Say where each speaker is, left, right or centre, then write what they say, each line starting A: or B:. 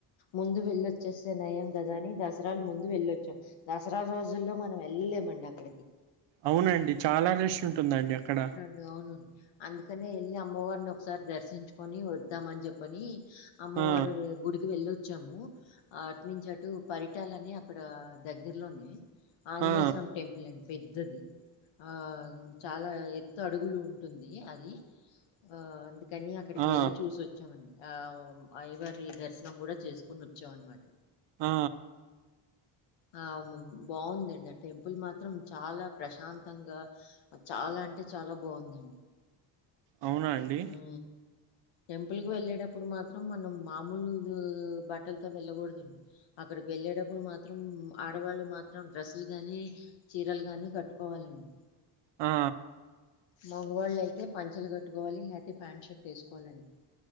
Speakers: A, on the left; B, on the right.
A: ముందు వెళ్ళొ వచ్చేస్తే నయం కదా అని దసరాలు ముందు వెళ్ళొచ్చాం దసరా రోజుల్లో మనం వెళ్ళలేమండి అక్కడికి
B: అవునండి చాలా రష్ ఉంటుందండి అక్కడ
A: అవునుండి అందుకనే వెళ్ళి అమ్మవారిని ఒకసారి దర్శించుకొని వద్దామని చెప్పని అమ్మవారి
B: ఆ
A: గుడికి వెళ్ళొచ్చాము అట్నించటు పరిటాలని అక్కడ దగ్గరలోనే ఆంజనేయ
B: ఆ
A: స్వామి టెంపుల్ అండి పెద్దది ఆ చాలా ఎత్తు పెద్ద అడుగులు ఉంటుంది అది ఆ అందుకని అక్కడికి
B: ఆ
A: వెళ్ళి చూసోచాము వచ్చామండి ఆ అయిగారి దర్శనం కూడా చేసుకొని వొచ్చాం అన్మ మాట
B: ఆ
A: ఆ బాగుందండి ఆ టెంపుల్ మాత్రం చాలా ప్రశాంతంగా చాలా అంటే చాలా బాగుంది
B: అవునా అండి
A: హు టెంపుల్ కు వెళ్ళేటప్పుడు మాత్రం మనం మామూలు బట్టలతో వెళ్ళకూడదు అక్కడికి వెళ్ళేటప్పుడు మాత్రం ఆడవాళ్ళు మాత్రం డ్రెస్సులు గాని చీరలు గానీ కట్టుకోవాలండి
B: ఆ
A: మగవాళ్ళు అయితే పంచలు కట్టుకోవాలి లేకపోతే ప్యాంట్ షర్ట్ వేసుకోవాలండి